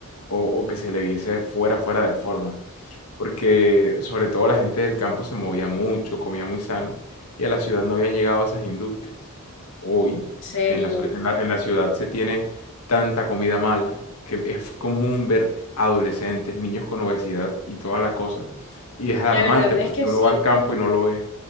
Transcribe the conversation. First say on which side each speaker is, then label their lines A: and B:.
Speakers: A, on the left; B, on the left.
A: o, o que se le viese fuera, fuera de forma. Porque sobre todo la gente del campo se movía mucho, comía muy sano, y a la ciudad no habían llegado esas industrias. Hoy,
B: En serio.
A: en la, so- en la- en la ciudad se tiene tanta comida mala que es común ver adolescentes, niños con obesidad y toda la cosa. Y es alarmante
B: La verdad es
A: porque
B: que
A: uno
B: sí.
A: va al campo y no lo ve.